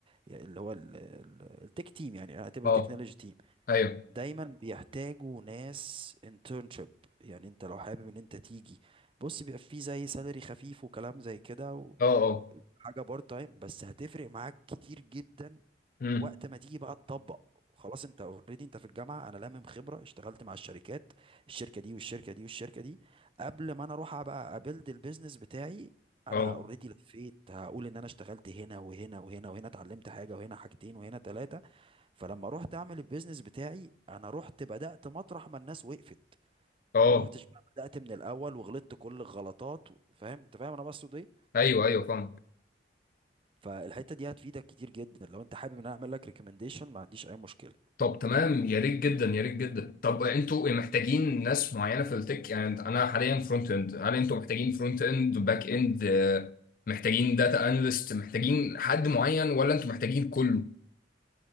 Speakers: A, on the right (about 30°); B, on the left (about 50°).
A: يعني اللي هو ال- ال- التك تيم يعني اعتبر
B: اه
A: تكنولوجي تيم
B: ايوه
A: دايما بيحتاجوا ناس internship يعني انت لو حابب ان انت تيجي بص بيبقى فيه زي سالري خفيف وكلام زي كده
B: اه اه
A: وحاجة بارت تايم بس هتفرق معاك كتير جدا
B: امم
A: وقت ما تيجي بقى تطبق خلاص انت اوريدي انت في الجامعة انا لامم خبرة اشتغلت مع الشركات الشركة دي والشركة دي والشركة دي قبل ما انا اروح بقى ابيلد البيزنس بتاعي انا
B: اه
A: اوريدي لفيت هقول ان انا اشتغلت هنا وهنا وهنا وهنا اتعلمت حاجة وهنا حاجتين وهنا ثلاثة فلما رحت اعمل البيزنس بتاعي انا رحت بدأت مطرح ما الناس وقفت
B: اه
A: ما رحتش بقى بدأت من الاول وغلطت كل الغلطات و- فاهم انت فاهم انا بقصد ايه
B: ايوه ايوه فاهم
A: فالحته دي هتفيدك كتير جدا لو انت حابب ان انا اعمل لك ريكومنديشن ما عنديش اي مشكله
B: طب تمام يا ريت جدا يا ريت جدا طب انتوا إيه، محتاجين ناس معينه في التك يعني انا حاليا فرونت اند هل انتوا محتاجين فرونت اند باك اند آه، محتاجين داتا اناليست محتاجين حد معين ولا انتوا محتاجين كله